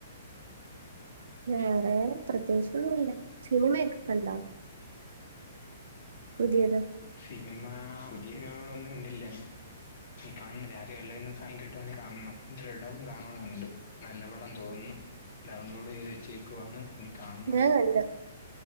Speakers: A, on the right; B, on the left.
A: വേറെ പ്രത്യേകിച്ചൊന്നുല്ല സിനിമയൊക്കെ കണ്ടോ പുതിയത്
B: സിനിമ പുതിയ സിനിമകളൊന്നും ഇണ്ടില്ല കാണുന്നില്ല <unintelligible> കാണണം ദൃഢം കാണെന്നുണ്ട് നല്ല പടം തോന്നുന്നു ഡൗൺലോഡ് ചെയ്ത് വെച്ചേക്കുവാണ് ഇനി കാണണം
A: ഞാൻ കണ്ട്